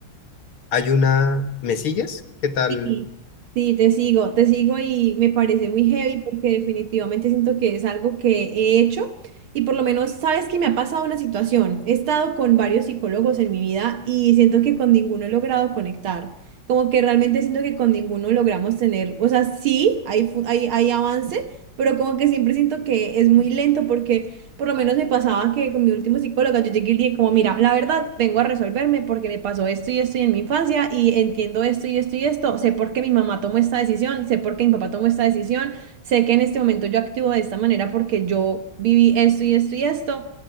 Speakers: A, on the left; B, on the right.
A: Hay una, ¿me sigues? ¿Qué tal?
B: Sí, sí, te sigo, te sigo y me parece muy heavy porque definitivamente siento que es algo que he hecho y por lo menos sabes que me ha pasado una situación. He estado con varios psicólogos en mi vida y siento que con ninguno he logrado conectar. Como que realmente siento que con ninguno logramos tener, o sea, sí, hay, fu- hay, hay avance, pero como que siempre siento que es muy lento porque... Por lo menos me pasaba que con mi último psicóloga yo llegué y le dije como, mira, la verdad, vengo a resolverme porque me pasó esto y esto y en mi infancia y entiendo esto y esto y esto, sé por qué mi mamá tomó esta decisión, sé por qué mi papá tomó esta decisión, sé que en este momento yo actúo de esta manera porque yo viví esto y esto y esto,